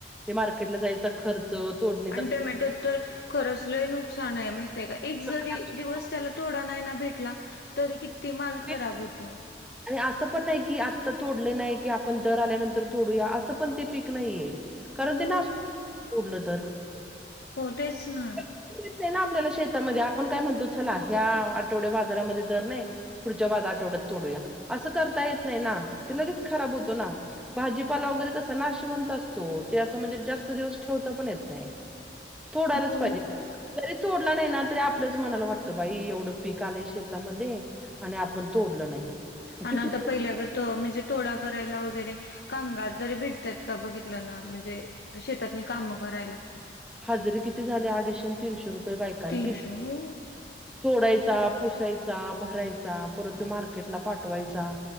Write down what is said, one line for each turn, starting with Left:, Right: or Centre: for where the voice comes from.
Centre: ते मार्केटला जायचा खर्च. च तोडून
Left: अन टोमॅटो तर खरच लय नुकसान आहे माहितय का? एक
Centre: सगळ्या
Left: जरी दिवस त्याला तोडा नाही ना भेटला तरी किती माल
Centre: ते
Left: खराब होतो.
Centre: असं पण नाही की आत्ता तोडले नाही की आपण दर आल्यानंतर तोडूया असं पण ते पीक नाहीये. कारण
Left: हो,
Centre: ति नासत सोडलं तर.
Left: हो, तेच ना.
Centre: कोणीच नाही ना आपल्याला शेतामध्ये आपण काय म्हणतो, चला ह्या आठवड्या बाजारामध्ये दर नाही. पुढच्या आठवड्यात तोडूया असं करता येत नाही ना, ते लगेच खराब होतो ना. भाजीपाला वगैरे कस नाशिवंत असतो ते असं म्हणजे जास्त दिवस ठेवता पण येत नाही. तोडायलाच
Left: हो
Centre: पाहिजे. म तोडला नाही ना तरी आपल्याच मनाला वाटतं बाई एवढं पीक आलंय शेतामध्ये आणि आपण तोडलो नाही. मग
Left: अन
Centre: किती
Left: आता पहिल्या ग त म्हणजे तोडा करायला वगैरे कामगार तरी भेटतात का बघितलं ना म्हणजे शेतातनी काम करायला.
Centre: हजरी किती झाली अडीचशे तीनशे रुपये बायकांना
Left: तीनशे हो.
Centre: तोडायचा, पुसायचा, भरायचा, परत तो मार्केटला पाठवायचा.